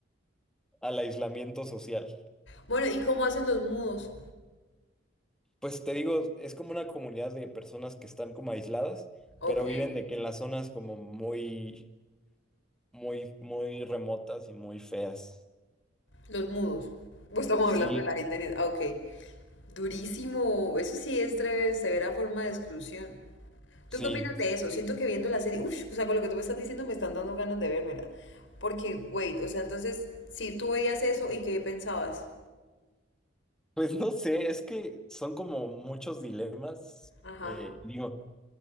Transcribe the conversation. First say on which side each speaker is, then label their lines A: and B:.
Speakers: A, in the centre; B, on the left (about 85°).
A: al aislamiento social.
B: Bueno, ¿y cómo hacen los mudos?
A: Pues te digo, es como una comunidad de personas que están como aisladas,
B: Ok,
A: pero viven de que en las zonas como muy, muy, muy remotas y muy feas.
B: los mudos. Pues estamos
A: Sí,
B: hablando de la gente. en ah, Ok. Durísimo, eso sí es tre- severa forma de exclusión.
A: sí.
B: ¿Tú qué opinas de eso? Siento que viendo la serie, uff, o sea, con lo que tú me estás diciendo me están dando ganas de vérmela. Porque, wait, o sea, entonces, si tú veías eso y qué pensabas.
A: Pues no sé, es que son como muchos dilemas.
B: Ajá.
A: eh, digo.